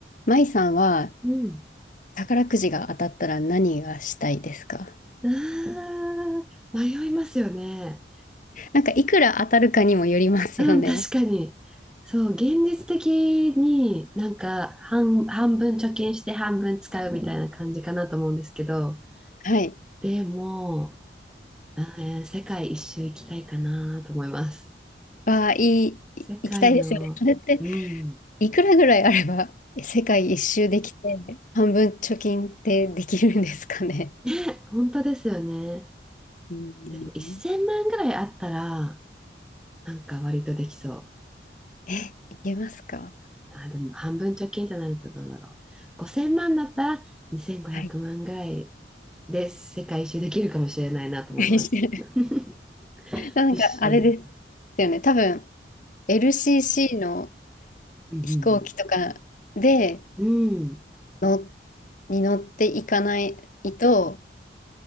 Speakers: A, on the left (about 45°); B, in the centre.
A: 舞さんは
B: うん。
A: 宝くじが当たったら何がしたいですか
B: うーん、迷いますよね。
A: なんかいくら当たるかにもよりますよね。
B: うん、確かに。そう、現実的になんか半、半分貯金して半分使うみたいな感じかなと思うんですけど、
A: はい。
B: でも、えー世界一周行きたいかなと思います。
A: わあ、いい、
B: 世界の、
A: い行きたいですよね。それって
B: うん。
A: いくらぐらいあれば世界一周できて半分貯金ってできるんですかね。
B: ね、本当ですよね。
A: うん。
B: でも1000万ぐらいあったら、なんか割とできそう。
A: え、いけますか
B: あ、でも半分貯金となるとどうだろう。5000万だったら2500万ぐらい
A: はい。
B: で世界一周できるかもしれないなと思います。
A: <laughs>
B: <laughs>
A: なんかあれで
B: 一周。
A: すよね。多分 LCC の
B: うん
A: 飛行機とかで
B: うん、うん
A: のに乗っていかないと